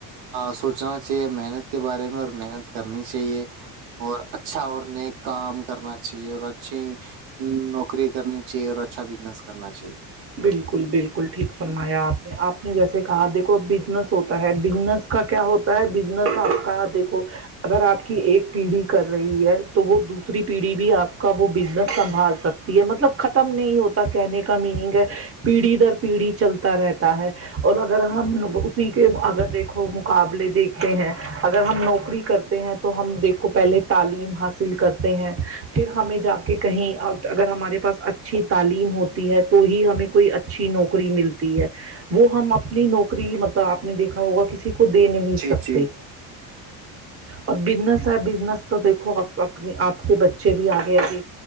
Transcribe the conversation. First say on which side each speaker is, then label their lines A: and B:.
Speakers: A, on the right; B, on the right.
A: سوچنا چاہیے محنت کے بارے میں اور محنت کرنی چاہیے اور اچھا اور نیک کام کرنا چاہیے اور اچھی ہمم نوکری کرنی چاہیے اور اچھا بزنس کرنا چاہیے
B: بالکل بالکل ٹھیک فرمایا آپ نے آپ نے جیسے کہا دیکھو بزنس ہوتا ہے بزنس کا کیا ہوتا ہے بزنس آپ کا دیکھو اگر آپ کی ایک پیڑھی کر رہی ہے تو وہ دوسری پیڑھی بھی آپ کا وہ بزنس سنبھال سکتا مطلب ختم نہیں ہوتا کہنے کا میننگ ہے پیڑھی در پیڑھی چلتا رہتا ہے اور اگر ہم لوگ اسی کے اگر دیکھو مقابلے دیکھتے ہیں اگر ہم نوکری کرتے ہیں تو ہم دیکھو پہلے تعلیم حاصل کرتے ہیں پھر ہمیں جا کے کہیں اگر ہمارے پاس اچھی تعلیم ہوتی ہے تو ہی ہمیں کوئی اچھی نوکری ملتی ہے وہ ہم اپنی نوکری مطلب اپ نے دیکھا ہوگا کسی کو دے نہیں
A: جی
B: سکتے
A: جی
B: اور بزنس ہے بزنس تو دیکھو اپ اپنے اپ کے بچے بھی اگے ابھی